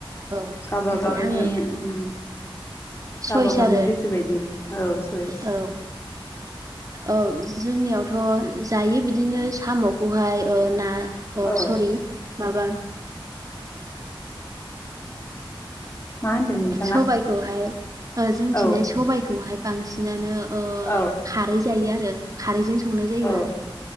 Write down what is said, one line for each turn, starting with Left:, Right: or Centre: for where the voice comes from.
Right: औ
Left: गबागावनि
Right: बिदि आङो
Left: ओम
Right: सयस
Left: गावबा-गावनि
Right: आरो
Left: गोसो बायदि औ सइस
Right: औ औ जोंनियावथ' थ' जायो बिदिनो साम'खौहाय ओ ना ओ
Left: औ
Right: सरि माबा
Left: मा होनदों नोंथाङा
Right: सबाइखौहाय जोंथिंनाय
Left: औ
Right: सबाइखौहाय बांसिनानो ओ
Left: औ
Right: खारै जायो आरो खारैजों सं संनाय जायो
Left: औ